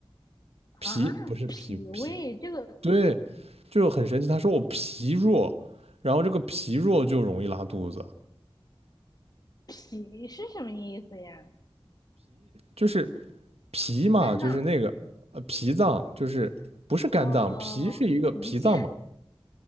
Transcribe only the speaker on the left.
啊！
脾胃这个
脾是什么意思呀？
肝脏
哦，
胰腺